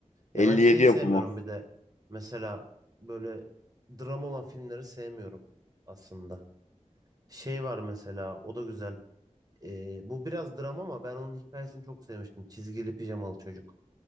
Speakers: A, on the right (about 30°); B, on the left (about 70°).
A: Ya
B: elli
A: ben şeyi
B: yedi
A: sevmiyorum
B: yapımı.
A: bir de mesela böyle dram olan filmleri sevmiyorum aslında. Şey var mesela o da güzel. E, bu biraz dram ama ben onun hikayesini çok sevmiştim. Çizgili Pijamalı Çocuk.